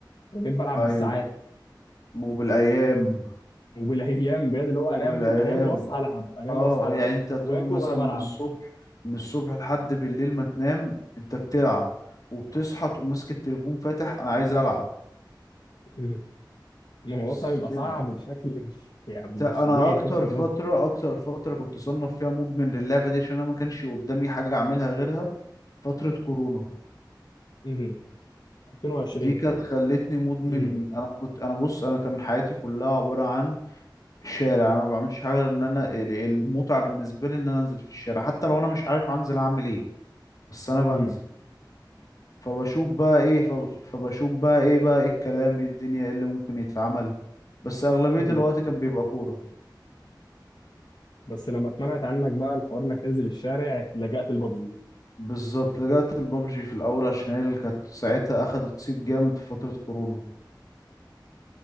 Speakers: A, on the left; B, on the left.
A: انا بقيت بلعب
B: ايوه
A: بالساعات
B: وبالايام
A: وبالايام بجد اللي هو
B: وبالايام
A: انام انام واصحى العب انام
B: اه
A: واصحى العب
B: يعني انت طول
A: واكل
B: مثلا
A: وانا بلعب
B: من الصبح من الصبح لحد بالليل ما تنام انت بتلعب وبتصحى تقوم ماسك التليفون فاتح انا عايز العب
A: مم. الموضوع
B: بز-
A: صعب بيبقى
B: كده
A: صعب بشكل مش يعني
B: تا-
A: مش طبيعي
B: انا اكتر
A: إنك تمسك
B: فتره
A: بابجي
B: اكتر فتره كنت صنف فيها مدمن للعبه دي عشان انا ما كانش قدامي حاجه اعملها غيرها فتره كورونا
A: مهم. 2020
B: دي كانت خلتني مدمن
A: مهم.
B: انا كنت انا بص انا كان حياتي كلها عباره عن شارع انا ما بعملش حاجه غير ان انا ال- المتعه بالنسبه لي ان انا انزل في الشارع حتى لو انا مش عارف انزل هعمل ايه بس انا بنزل
A: مهم.
B: فبشوف بقى ايه فب... فبشوف بقى ايه بقى ايه الكلام ايه الدنيا ايه اللي ممكن يتعمل بس اغلبية
A: مهم.
B: الوقت كان بيبقى كورة
A: بس لما اتمنعت عنك بقى الحوار انك تنزل الشارع لجأت لبابجي
B: بالظبط لجأت البابجي في الاول عشان هي اللي كانت ساعتها اخدت صيت جامد في فترة كورونا